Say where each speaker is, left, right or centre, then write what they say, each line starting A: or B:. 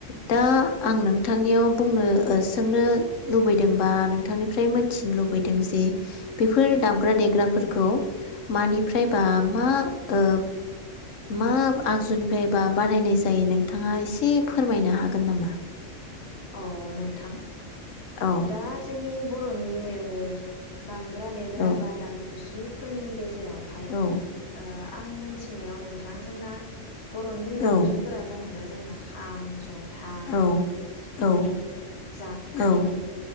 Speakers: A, on the left (about 75°); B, on the left (about 55°).
A: दा आं नोंथांनियाव बुंनो ओ सोंनो लुबैदों बा नोंथांनिफ्राय मोनथिनो लुबैदों जे बेफोर दामग्रा देग्राफोरखौ मानिफ्रायबा मा ओ मा आगजुनिफ्रायबा बानायनाय जायो नोंथाङा एसे फोरमायनो हागोन नामा
B: अ नोंथां
A: औ
B: दा जोंनि बर र'नि ओ दामग्रा देग्रा
A: औ
B: बा दामजु फोरनि गेज जेरावहाय
A: औ
B: ओ आं मोनथिनायाव नोंथां जोंना <inaudible> बर'नि दामजुफोरा
A: औ
B: जाहैबाय जोंना खाम, जथ था
A: औ
B: सिफुं,
A: औ
B: जाबख्रिं,
A: औ